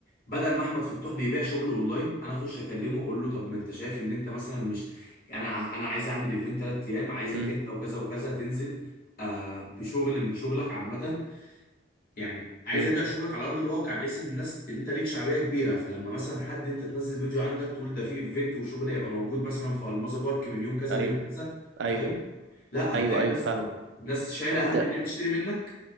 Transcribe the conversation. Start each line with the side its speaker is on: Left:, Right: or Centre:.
Left: بدل ما احمد فتوح بيبيع شغله اونلاين انا اخش اكلمه اقول له طب ما انت شايف ان انت مثلا مش انا ع- انا عايز اعمل ايفنت ثلاث ايام عايزك
Right: امم
Left: انت وكذا وكذا تنزل آه بشغل من شغلك عامه يعني عايز
Right: امم
Left: ابيع شغلك على ارض الواقع بحيث ان الناس ان انت ليك شعبيه كبيره فلما مثلا حد انت تنزل فيديو عندك تقول ده في ايفنت وشغل هيبقى موجود مثلا في الماظه بارك من يوم كذا
Right: ايوه
Left: ليوم كذا
Right: ايوه
Left: فاهم لا
Right: ايوه
Left: هتلاقي
Right: ايوه
Left: ناس
Right: فاهمك
Left: طب ناس شايله
Right: طب ده
Left: هم ان هي تشتري منك